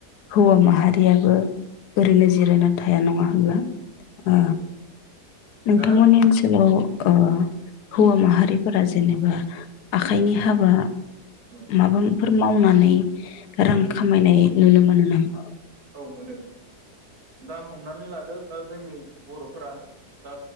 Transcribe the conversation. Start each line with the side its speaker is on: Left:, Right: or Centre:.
Left: हौवा माहारियाबो ओरैनो जिरायना थाया नङा होनब्ला।
Right: औ।
Left: ओ नोंथांमोननि
Right: दा
Left: ओनसोलाव ओ हौवा माहारिफोरा। जेनेबा। आखाइनि हाबा
Right: औ
Left: माबाफोर मावनानै। नै। रां खामायनाय। नुनो मोनो नामा।
Right: औ मोनो। दा हमनानै लादो दा। जोंनि बर'फोरा दा